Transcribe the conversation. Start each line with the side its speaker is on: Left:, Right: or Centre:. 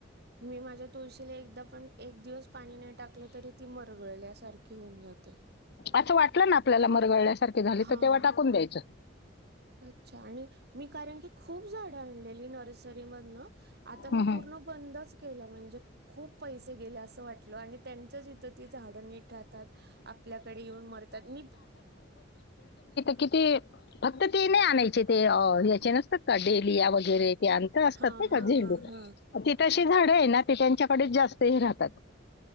Right: मी माझ्या तुळशीला एकदा पण एक दिवस पाणी नाय टाकलं तरी ती मरगळल्यासार घेऊन जात. होते.
Left: असं वाटलं ना आपल्याला मरगळल्या ते झाले
Right: हा
Left: तर तेव्हा टाकून द्यायच.
Right: अच्छा आणि मी कारण की खूप झाडं आणलेली नर्सरीमधनं आता
Left: हम्म,
Right: मी
Left: हम्म.
Right: पूर्ण बंदच केलं म्हणजे खूप पैसे गेले अस वाट किलो आहेत. त्यांच्याच इथं ती झाडं नीट राहतात. आपल्याकडे येऊन मरतात मी
Left: कि ते फक्त ते नाही आणायचे. ते याचे नसतात का डेलीया वगैरे असतात
Right: हा
Left: नही
Right: हा
Left: का झेंडू
Right: हा हा
Left: ति तशी झाडं आहे ना ते त्यांच्याकडेच जास्त हे राहतात.